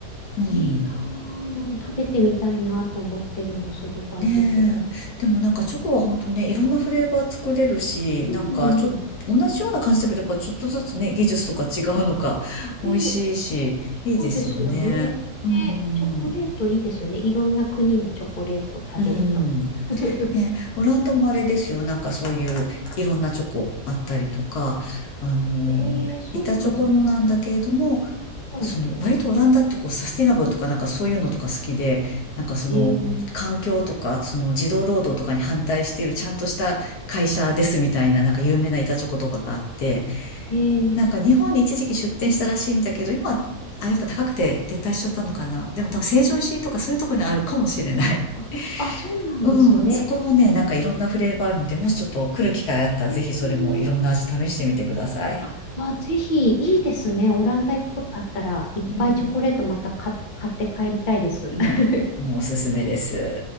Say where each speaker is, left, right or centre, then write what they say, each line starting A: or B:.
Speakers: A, on the left (about 70°); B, on the left (about 50°).
A: うん。
B: いいなぁ。なんか食べてみたいなと思ってるんですよ、ドバイチョコ。
A: ねえ。でもなんかチョコは本当ね、いろんなフレーバー作れるし、
B: うん。
A: なんかちょっと、
B: うん
A: 同じような感じだけど、やっぱちょっとずつね、技術とか違うのか、
B: うん
A: <laughs>
B: ね、
A: 美味しいし、いいですよね。
B: そうですよね。
A: うん、
B: ね、チョコレートいいですよね。
A: うん
B: いろんな国のチョコレート食べると。
A: うん、うん。
B: <laughs>
A: ね、オランダもあれですよ。なんかそういういろんなチョコあったりとか、あの、
B: ええそうなんだ。
A: 板チョコのなんだけれども、
B: はい。
A: その、割とオランダってこう、サスティナブルとかなんかそういうのとか好きで、なんかその、
B: ええ
A: 環境とか、その、児童労働とかに反対しているちゃんとした会社ですみたいな、
B: うん、
A: なんか有名な板チョコとかがあって、
B: ええ
A: なんか日本に一時期出店したらしいんだけど、今、あ、やっぱ高くて撤退しちゃったのかな。でも多分成城石井とかそういうとこにあるかもしれない。
B: うん、あ、あ、そうなんですね。
A: <laughs> うん、そこもね、なんかいろんなフレーバーあるので、もしちょっと来る機会あったら、
B: うん、
A: ぜひそれもいろんな味試してみてください。
B: あ、あ、ぜひ、いいですね。オランダ行くことあったら、いっぱいチョコレートまた買、
A: うん、うん、
B: 買って帰りたいです。
A: うん。
B: <laughs>
A: うんもうおすすめです。